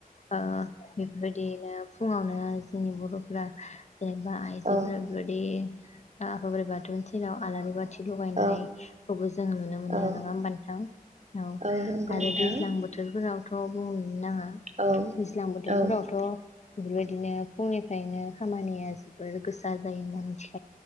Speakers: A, on the left; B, on the right.
A: ओ बेफोरबायदियैनो फुङावनो जोंनि बर'फ्रा जेनेबा आइजोफोरा
B: औ
A: बेबायदि आफा बोराइ बाथौनि सेराव आलारि बा थि लगायनायखौबो
B: औ
A: जोङो नुनो मोन नो
B: औ
A: नङा होमबा नोंथां? औ
B: नंगौ नोंथां
A: आरो दैज्लां बोथोरफोराव थ' बुं नाङा
B: औ
A: दैज्लां
B: औ
A: बोथोरफोरावथ' बेफोरबायदिनो फुंनि फायनो खामानिया जोबोर गो सा जायो मोन्थि